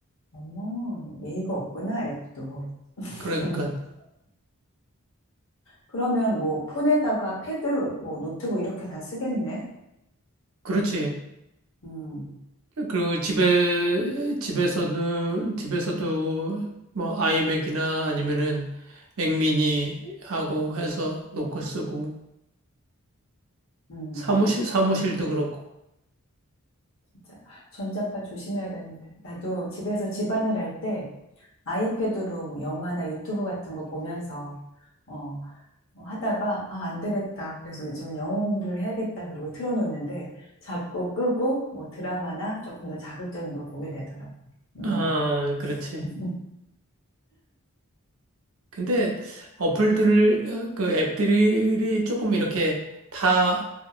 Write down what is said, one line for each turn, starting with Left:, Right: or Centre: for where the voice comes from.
Left: 어머, 예의가 없구나, 앱도. <laughs>
Right: 그러니까
Left: 그러면 뭐 폰에다가 패드, 뭐 노트북 이렇게 다 쓰겠네.
Right: 그렇지.
Left: 음,
Right: 그리고 집에 집에서는 집에서도 뭐 아이맥이나 아니면은 맥미니 하고 해서 노크 쓰고
Left: 음.
Right: 사무실 사무실도 그렇고.
Left: 진짜 전자파 조심해야 되는데. 나도 집에서 집안일 할 때 아이패드로 뭐 영화나 유튜브 같은 거 보면서 어, 어, 하다가 아, 안 되겠다. 그래서 요즘은 영어 공부를 해야겠다. 그러고 틀어놓는데 자꾸 끄고 뭐 드라마나 조금 더 자극적인 걸 보게 되더라고. 음.
Right: 아,
Left: <laughs>
Right: 그렇지. 근데 어플들을 어, 그 앱들이 조금 이렇게 다